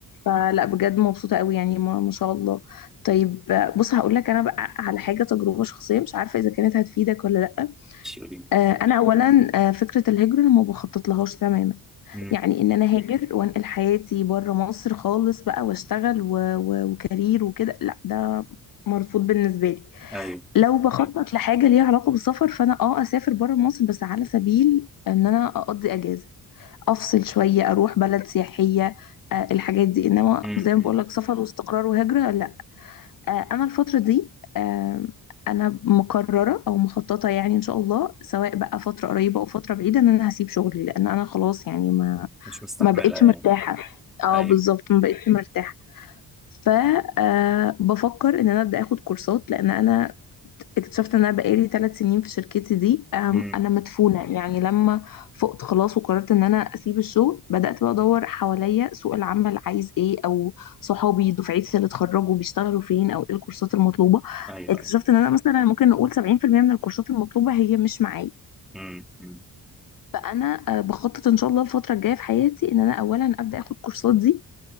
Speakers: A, on the left (about 60°); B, in the centre.
A: فلا بجد مبسوطه قوي يعني ما, ما شاء الله طيب آه، بص هقول لك انا بقى على حاجه تجربه شخصيه مش عارفه اذا كانت هتفيدك ولا لا
B: شيولين
A: آه انا اولا آه فكره الهجره انا ما بخطط لهاش تماما
B: امم
A: يعني ان انا هاجر وانقل حياتي بره مصر خالص بقى واشتغل و... و... وكارير وكده لا ده مرفوض بالنسبه لي
B: ايوه
A: لو بخطط لحاجه ليها علاقه بالسفر فانا اه اسافر بره مصر بس على سبيل ان انا اقضي اجازه افصل شويه اروح بلد سياحيه آه الحاجات دي انما
B: امم
A: زي ما بقول لك سفر واستقرار وهجره لا آه انا الفتره دي آه انا مقرره او مخططه يعني ان شاء الله سواء بقى فتره قريبه او فتره بعيده ان انا هسيب شغلي لان انا خلاص يعني ما
B: مش مستحملها
A: ما بقتش
B: يعني
A: مرتاحة اه
B: ايوه
A: بالظبط ما بقتش مرتاحة ف آه، بفكر ان انا ابدا اخد كورسات لان انا اكتشفت ان انا بقالي ثلاث سنين في شركتي دي آم،
B: امم
A: انا مدفونة يعني لما فقت خلاص وقررت ان انا اسيب الشغل بدات بقى ادور حواليا سوق العمل عايز ايه او صحابي دفعتي اللي اتخرجوا بيشتغلوا فين او ايه الكورسات المطلوبة
B: ايوه
A: اكتشفت
B: ايوه
A: ان انا مثلا ممكن نقول 70% من الكورسات المطلوبة هي مش معايا
B: امم
A: فانا آه، بخطط ان شاء الله الفتره الجايه في حياتي ان انا اولا ابدا اخد كورسات دي